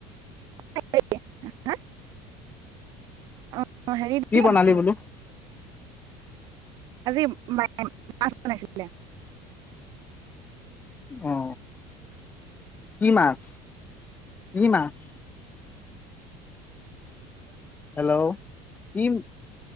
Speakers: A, on the right (about 50°); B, on the left (about 20°).
A: <unintelligible> <unintelligible>
B: কি বনালি বোলো
A: আজি মায়ে মাছ বনাইছিলে।
B: অ কি মাছ, কি মাছ? হেল্ল', কিম